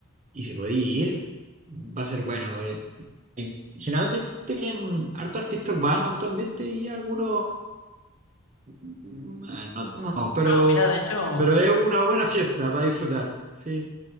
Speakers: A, on the right (about 35°); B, on the left (about 75°).
A: y si podéis ir, va a ser bueno. eh, en- Generalmente vienen harto artistas urbanos actualmente y algunos, mm, no, no, pero,
B: Claro, mira, de hecho.
A: pero es una buena fiesta para disfrutar, sí.